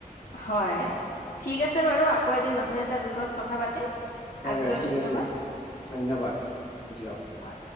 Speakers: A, on the left (about 85°); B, on the left (about 35°).
A: হয়, ঠিক আছে বাৰু আকৌ এদিন নতুন এটা বিষয়ত কথা পাতিম।
B: হয়,
A: আজিলৈ
B: হয়, ঠিক
A: ধন্যবাদ
B: আছে ধন্যবাদ দিয়ক।
A: হয়